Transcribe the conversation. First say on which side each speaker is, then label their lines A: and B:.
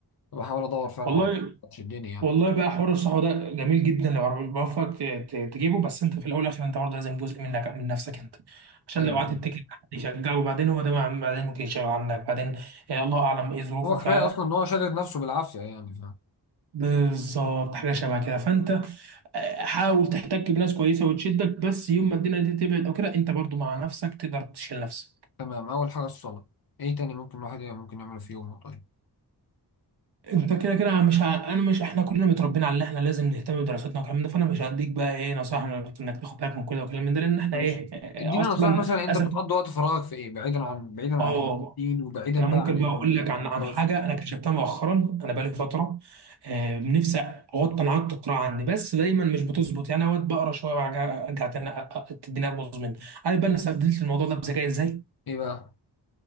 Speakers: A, on the left (about 60°); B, on the right (about 75°).
A: فبحاول ادور فعلا
B: والله
A: على حد تشدني يعني
B: والله بقى حوار الصحبه ده جميل جدا لو ربنا بيوفقك ت- ت- تجيبه بس انت في الاول والاخر انت برضه لازم جزء منك من نفسك انت عشان
A: ايوه
B: لو قعدت
A: فاهم
B: تتكل على حد يشجعه وبعدين هو ده بعدين ممكن يشجع عنك بعدين آه، الله اعلم ايه ظروفه
A: هو
B: ف
A: كفايه اصلا ان هو شادد نفسه بالعافيه يعني
B: بالظبط حاجه شبه كده فانت آه، حاول تحتك بناس كويسه وتشدك بس يوم ما الدنيا دي تبعد او كده انت برضو مع نفسك تقدر تشيل نفسك
A: تمام اول حاجه الصلاه ايه تاني ممكن الواحد يع- ممكن يعمله في يومه طيب
B: انت كده كده مش ع- انا مش احنا كلنا متربيين على ان احنا لازم نهتم بدراستنا والكلام ده فانا مش هديك بقى ايه نصائح انك تاخد بالك من كده والكلام من ده لان احنا
A: ماشي
B: ايه
A: اديني
B: آه، اصلا
A: نصائح
B: للاسف
A: مثلا انت بتقضي وقت فراغك في ايه بعيدا عن بعيدا
B: اه
A: عن الدين وبعيدا
B: انا ممكن
A: بقى عن ال-
B: بقى اقول لك
A: الدراسه
B: عن عن حاجه انا اكتشفتها مؤخرا انا بقالي فتره آه، نفسي اوطي عادة القراءه عندي بس دايما مش بتظبط يعني اوقات بقرا شويه وارجع أرجع تاني أ- أ- تديني ابوظ مني عارف بقى انا استبدلت الموضوع ده بذكاء ازاي
A: ايه بقى